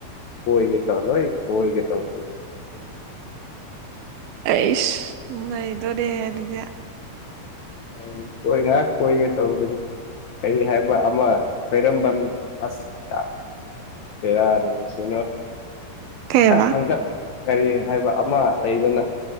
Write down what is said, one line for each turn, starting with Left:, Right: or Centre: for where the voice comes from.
Left: ꯀꯣꯏꯒꯦ ꯇꯧ ꯂꯣꯏ ꯀꯣꯏꯒꯦ ꯇꯧꯅꯤꯅꯦ
Right: ꯑꯩꯁ ꯅꯩꯗꯣꯔꯦꯍꯦ ꯑꯗꯨꯗꯤ
Left: ꯎꯝ ꯀꯣꯏ ꯉꯍꯥꯛ ꯀꯣꯏꯒꯦ ꯇꯧꯕꯅꯤ ꯀꯔꯤ ꯍꯥꯏꯕ ꯑꯃ ꯈ꯭ꯋꯥꯏꯔꯝꯕꯟ ꯑꯁ ꯄꯦꯔꯥꯅꯤꯁꯤ
Right: ꯀꯩꯕ
Left: ꯑ ꯍꯪꯒꯠ ꯀꯔꯤ ꯍꯥꯏꯕ ꯑꯃ ꯂꯩꯗꯅ